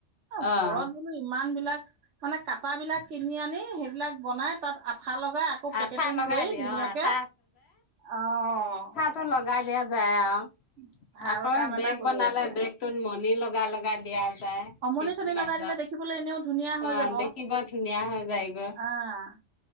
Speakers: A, on the right; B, on the left.
A: এ
B: অ',
A: ঘৰত- ইমান বিলাক মানে কাটা বিলাক কিনি আনি সেইবিলাক বনাই তাত আঠা লগাই- আকৌ পেকেটিং
B: আঠা লগাই
A: কৰি
B: দিয়ে
A: ধুনীয়াকে,
B: অ', আঠা
A: অঁ-
B: তে লগাই দিয়া যায় আও।
A: <inaudible>
B: আকৌ
A: কাম
B: এ
A: এটা
B: বেগ
A: কৰি
B: বনালে
A: আছে
B: বেগটোত মণি লগাই লগাই দিয়া আছে
A: অমনি চমনি
B: মাজত।
A: লগাই দিলে দেখিবলৈ এনেও ধুনীয়া হৈ
B: অঁ'
A: যাব
B: দেখিব ধুনীয়া হৈ যায়গৈ।
A: আহ